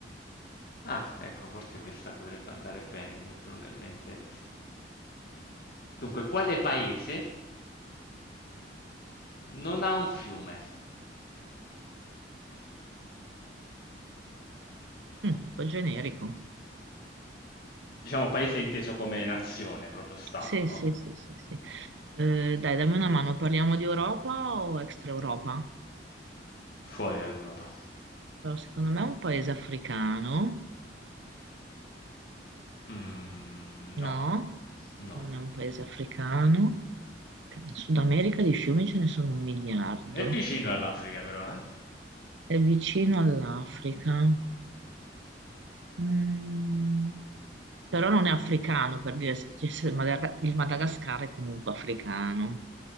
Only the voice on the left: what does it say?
Ah, ecco, forse questa potrebbe andare bene, mi è venuta in mente. Dunque, quale paese non ha un fiume?
Diciamo paese inteso come nazione, proprio stato,
no?
Fuori dall'Europa.
Mm,
no, no.
È vicino all'Africa, però, eh?